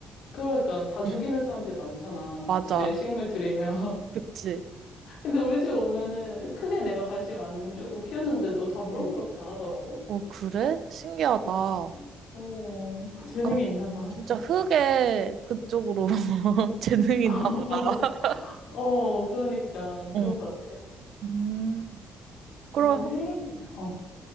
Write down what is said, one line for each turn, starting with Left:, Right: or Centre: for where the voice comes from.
Left: 그러니까, 다 죽이는
Right: 응,
Left: 사람들 많잖아.
Right: 맞아.
Left: 집에 식물 들이면.
Right: 그치?
Left: <laughs> 근데 우리 집 오면은 크게 내가 관심 안 주고 키우는데도 다 무럭무럭
Right: 응.
Left: 자라더라고.
Right: 어, 그래? 신기하다.
Left: 어. 어, <laughs> 재능이
Right: 약간
Left: 있나 봐.
Right: 진짜 흙에 그쪽으로 <laughs> 재능이
Left: <laughs>
Right: 있나 보다. <laughs>
Left: 어, 그러니까
Right: 어,
Left: 그런 것 같아.
Right: 음, 그럼
Left: 너무 힐링이야. 어,